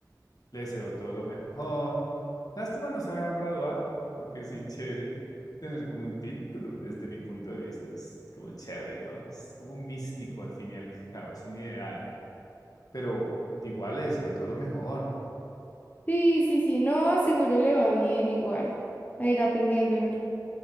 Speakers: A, on the left; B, on the left.
A: Le deseo todo lo mejor. Lástima no se va a graduar, porque sí, chévere tener como un título desde mi punto de vista. Es como chévere, ¿no? Es como un místico al fin y al cabo, es un ideal. Pero igual le deseo todo lo mejor.
B: Sí, sí, sí, no, seguro le va bien igual a ir aprendiendo en el